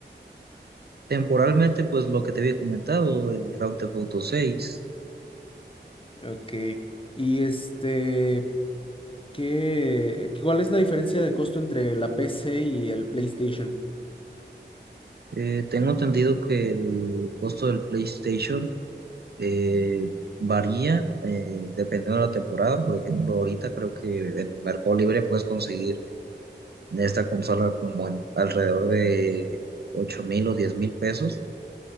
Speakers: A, on the right (about 60°); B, on the left (about 30°).
A: Temporalmente, pues lo que te había comentado, el Grand Theft Auto 6.
B: Ok. Y este, ¿qué, cuál es la diferencia de costo entre la PC y el PlayStation?
A: Eh, tengo entendido que el costo del PlayStation Eh, varía eh, dependiendo de la temporada. Por ejemplo, ahorita creo que en Mercado Libre puedes conseguir esta consola como en alrededor de ocho mil o diez mil pesos.